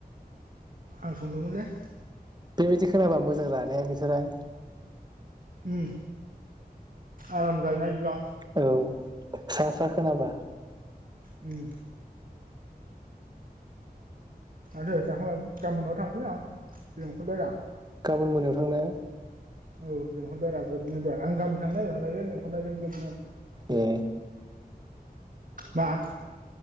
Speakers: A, on the right (about 60°); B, on the right (about 25°).
A: आं संदोंमोन लै
B: बेबायदि खोनाबा मोजां ना रे बिथराय।
A: उज्ञ आराम जायोना बिदिबा।
B: औ स्रा स्रा खोनाबा।
A: उम। माथो जाखांबाय गाबोन नआव थांसैलै आं लिंहरबाय रा।
B: गाबोन मोनायाव थांनो।
A: औ लिंहरबाय राजुआ आं गामोन थांनो नागिरखानायजों लेंहरनायजों ग्रोबनो।
B: ए।
A: मा?